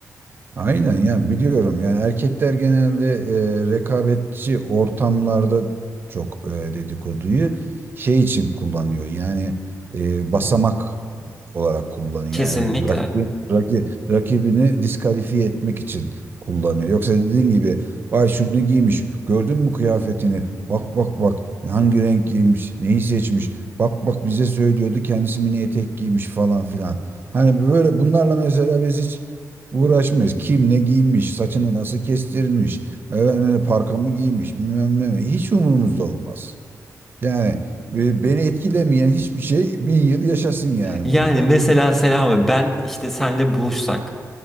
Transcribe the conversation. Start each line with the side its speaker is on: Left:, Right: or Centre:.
Right: Aynen ya biliyorum yani erkekler genelde e, rekabetçi ortamlarda çok e, dedikoduyu şey için kullanıyor yani e, basamak olarak kullanıyor.
Centre: Kesinlikle.
Right: Yani rakibi, raki- rakibini diskalifiye etmek için kullanıyor. Yoksa dediğin gibi vay şunu giymiş, gördün mü kıyafetini? Bak bak bak hangi renk giymiş, neyi seçmiş? Bak bak bize söylüyordu kendisi mini etek giymiş falan filan. Hani böyle bunlarla mesela biz hiç uğraşmıyoruz. Kim ne giymiş, saçını nasıl kestirmiş, efendim, parkamı giymiş, bilmem ne. mi? Hiç umurumuzda olmaz. Yani e, beni etkilemeyen hiçbir şey bin yıl yaşasın yani modu
Centre: Yani
Right: var.
Centre: mesela Selami ben işte senle buluşsak